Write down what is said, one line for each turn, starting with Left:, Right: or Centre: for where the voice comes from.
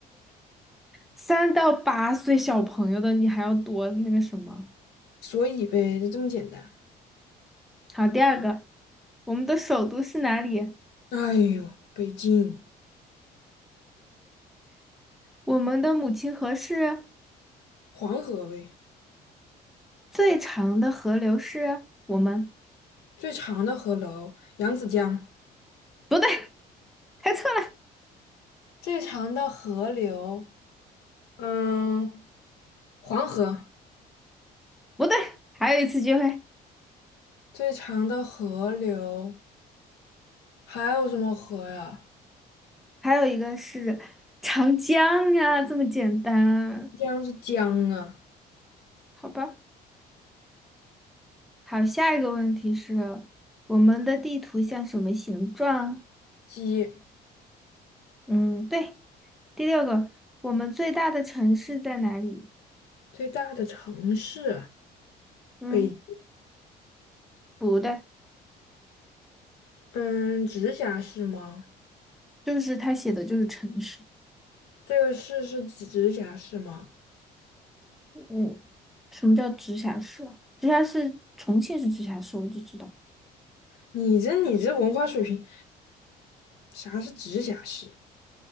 Centre: 三到八岁小朋友的，你还要多那个什么？
Left: 所以呗，就这么简单。
Centre: 好，第二个，我们的首都是哪里？
Left: 哎呦，北京
Centre: 我们的母亲河是
Left: 黄河呗，
Centre: 最长的河流是我们
Left: 最长的河流扬子江，
Centre: 不对，开错了，
Left: 最长的河流，嗯，黄河，
Centre: 不对，还有一次机会。
Left: 最长的河流还有什么河呀？
Centre: 还有一个是长江呀，这么简单啊
Left: 江是江啊，
Centre: 好吧，好，下一个问题是我们的地图像什么形状？
Left: 鸡，
Centre: 嗯，对，第六个，我们最大的城市在哪里？
Left: 最大的城市，
Centre: 嗯，
Left: 北，
Centre: 不对，
Left: 嗯，直辖市吗？
Centre: 就是他写的就是城市。
Left: 这个市是直直辖市吗？
Centre: 嗯，什么叫直辖市啊直辖市，重庆是直辖市，我就知道，
Left: 你这你这文化水平，啥是直辖市？